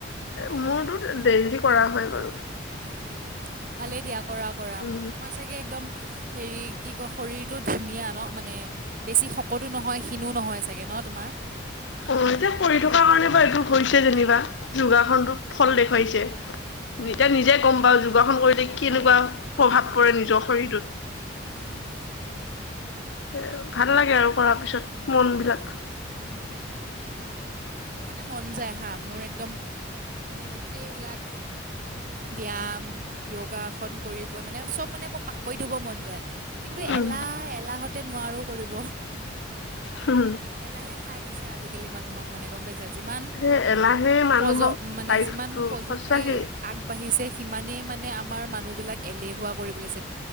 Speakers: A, on the left; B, on the right.
A: এ মোৰটো ডেইলি কৰা হয় বাৰু।
B: উম, ভালেই দিয়া। কৰা কৰা
A: উম
B: তোমাৰ চাগে একদম হেৰি কি কয় শৰীৰটোত ধুনীয়া ন মানে বেছি শকতো নহয় ক্ষীনো নহয় চাগে ন তোমাৰ?
A: অ এতিয়া পঢ়ি থকা কাৰণে বাৰু এইটো হৈছে যেনিবা। যোগাসনটো ফল দেখুৱাইছে, এতিয়া নিজে গ'ম পাওঁ যোগাসন কৰিলে কেনেকুৱা প্ৰভাৱ পৰে নিজৰ শৰীৰটোত?
B: উম, হুম।
A: এ ভাল লাগে আৰু কৰাৰ পিছত। মন বিলাক
B: উম, উম, হুম মোৰ মানে মন যায়। হা, মোৰ এক মান গোটেইবিলাক ব্যাম য়ো য়োগাসন কৰিব মানে চব মানে মোৰ পাকৰি ধব মন যায় কিন্তু
A: উম
B: এলাহ- এলাহত তে নোৱাৰো কৰিব।
A: হম।
B: এলাহে খাই দিছে। আজি কালি মানুহক মানে গম পাইছা। যিমান
A: সেই এলাহে মানুহক
B: প্ৰজ মানে
A: লাইফটো
B: যিমান প্ৰযুক্তি
A: সঁচাকেই
B: আগবাঢ়িছে সিমানেই মানে মানে আমাৰ মানুহ বিলাক এলেহুৱা কৰিবলৈ চ